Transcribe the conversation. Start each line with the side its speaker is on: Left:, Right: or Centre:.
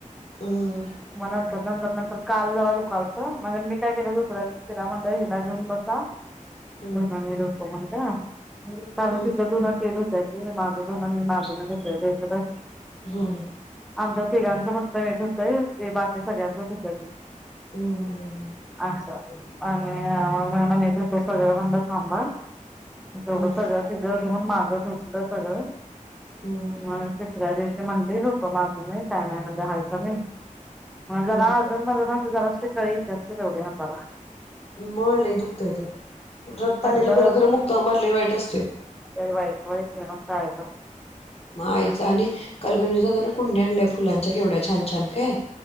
Left: <unintelligible>
Centre: मग नंतर नंतर नंतर काल जरा दुकालत, <unintelligible> मी काय केलं दुसऱ्या दिवशी तिला म्हणलं हिला घेऊन बसा <unintelligible>
Left: <unintelligible>
Centre: धून मी धुतो म्हणलं. <unintelligible> कारण
Left: हम्म
Centre: तिचं धुणं ती धुत्या ती, माझं धुन मी माझं मी धुतोय ग हिकडं
Left: हम्म
Centre: आमच्या तिघांचं फक्त हे धुतंय, ते बाकी सगळ्यांच धुत्या ती
Left: हम्म
Centre: अस आणी मी <unintelligible> मी धुतो सगळ म्हणलं थांब अ तेवढं
Left: हम्म
Centre: सगळ तिज धुन माझं धुतलं सगळं
Left: हम्म
Centre: म तिसऱ्या दिवश् ती म्हणली धुतो माझं मी, काय नाय म्हणली हाय कमी, म जरा
Left: हम्म
Centre: अजून माझ <unintelligible> ती जरा <unintelligible> कळ इत्याच की तेवढी हाताला
Left: म लई दुखतंय ते रक क्त
Centre: म्हणलं
Left: आलेलं बरं खरं मुक्का मार लय वाईट असतोय.
Centre: लय वाईट होय की मग काय <unintelligible>
Left: म आईच्या आणि काल गणेश दादा न कुंड्या आणल्या फुलांच्या केवढ्या छान छान काय